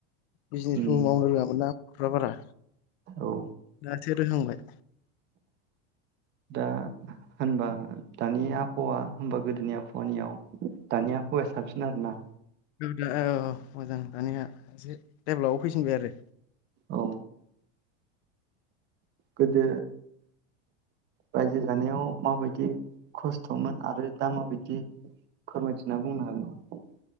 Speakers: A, on the left; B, on the right.
A: बिजनेसबो
B: उम
A: मावनो रोङामोन ना बर'फोरा बारा
B: औ
A: दा एसे रोंहांबाय।
B: दा होनबा दानि आबहावा होमबा गोदोनि आबहावानियाव दानि आबहावाया साबसिन आरो ना।
A: दा औ मोजां दानिया एसे डेभलपआव फैसिनबाय आरो।
B: औ गोदो रायजो जानायाव माबायदि खस्थ'मोन आरो दा माबायदि फोरमायथिना बुंनो हागोन नामा?